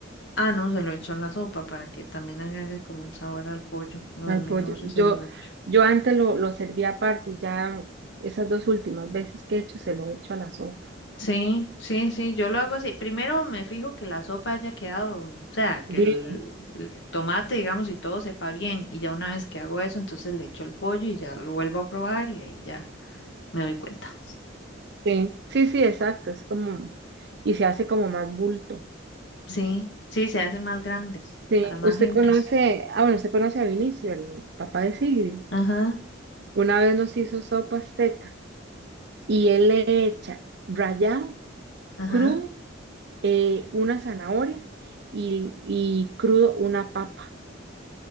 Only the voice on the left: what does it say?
Ah, no, se lo he hecho en la sopa para que también agarre como el sabor al pollo. Lo
desmenuzo
y
se lo echo.
Sí, sí, sí, yo lo hago así. Primero me fijo que la sopa haya quedado, o sea, que
el, el tomate, digamos, y todo sepa bien. Y ya una vez que hago eso, entonces le echo el pollo y ya lo vuelvo a probar y ahí ya me doy cuenta.
Sí, sí, se hace más grande
para más
gente.
Ajá,
ajá,